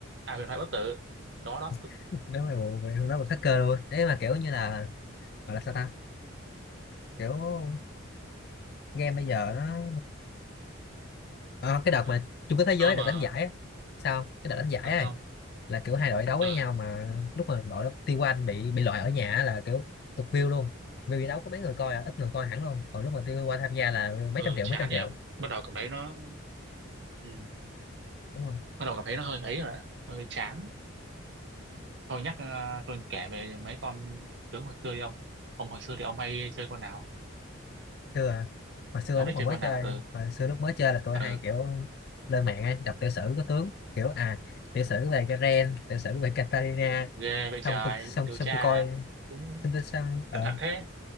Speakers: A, on the right; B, on the left.
A: à huyền thoại bất tử đó đó tôi,
B: <laughs> nếu mà bộ về hướng đó mình phát cơ luôn ấy mà kiểu như là gọi là sao ta kiểu game bây giờ nó Ờ, cái đợt
A: ờ
B: mà chung kết thế giới
A: ờ mà
B: được đánh giải á. sao không? cái đợt đánh giải
A: ừ
B: ấy
A: không
B: là kiểu hai đội đấu với
A: ờ
B: nhau mà lúc mà đội T1 bị bị loại ở nhà á là kiểu tụt view luôn vì bị đấu có mấy người coi à, ít người coi hẳn luôn còn lúc mà T1 tham gia là mấy
A: ờ
B: trăm triệu
A: chán
B: mấy trăm triệu
A: nhỉ bắt đầu cảm thấy nó ừ,
B: đúng rồi.
A: bắt đầu cảm thấy nó hơi ấy rồi á hơi chán thôi nhắc ờ, tôi kể về mấy con tướng hồi xưa đi ông ông hồi xưa thì ông hay chơi con nào
B: xưa à? hồi xưa
A: ông
B: lúc
A: thích
B: mà
A: chơi
B: mới
A: con
B: chơi
A: nào Ừ.
B: hồi xưa lúc mới chơi là tôi
A: Ờ,
B: hay kiểu lên mạng ấy đọc tiểu sử của tướng kiểu à tiểu sử về Garen tiểu sử về Katarina
A: ghê vậy
B: xong
A: trời,
B: tôi xong
A: điều
B: xong
A: tra
B: tôi coi
A: cũng
B: xong tôi xong ờ
A: cẩn thận thế.